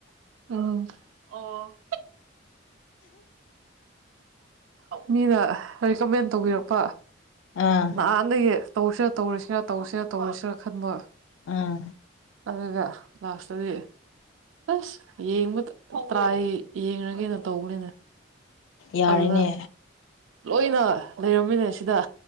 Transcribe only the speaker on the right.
ꯎꯝ ꯑꯣ ꯃꯤꯅ ꯔꯤꯀꯃꯦꯟ ꯇꯧꯕꯤꯔꯛꯄ
ꯅꯍꯥꯟꯅꯌꯦ ꯇꯧꯁꯤꯔꯥ ꯇꯧꯔꯤꯁꯤꯔꯥ ꯇꯧꯁꯤꯔꯥ ꯇꯧꯔꯁꯤꯔꯥ ꯈꯟꯕ
ꯑꯗꯨꯒ ꯂꯥꯁꯇꯗꯤ ꯑꯁ ꯌꯦꯡꯕ ꯇ꯭ꯔꯥꯏ ꯌꯦꯡꯉꯒꯩꯅꯣ ꯇꯧꯕꯅꯤꯅ
ꯑꯗꯨꯅ ꯂꯣꯏꯅ ꯂꯩꯔꯝꯃꯤꯅꯦ ꯁꯤꯗ